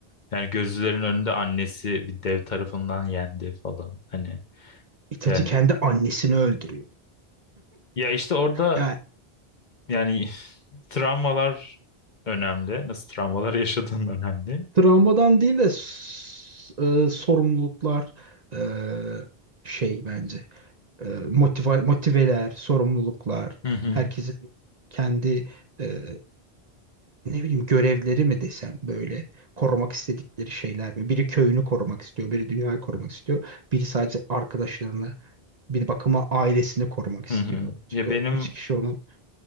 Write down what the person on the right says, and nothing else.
Itachi
kendi annesini öldürüyor.
Yani
travmadan değil de s- e, sorumluluklar e, şey bence e, motiva- motiveler, sorumluluklar,
herkesin kendi e, ne bileyim görevleri mi desem böyle korumak istedikleri şeyler mi? Biri köyünü korumak istiyor, biri dünyayı korumak istiyor, biri sadece arkadaşlarını bir bakıma ailesini korumak istiyor.
Çünkü
o üç kişi onun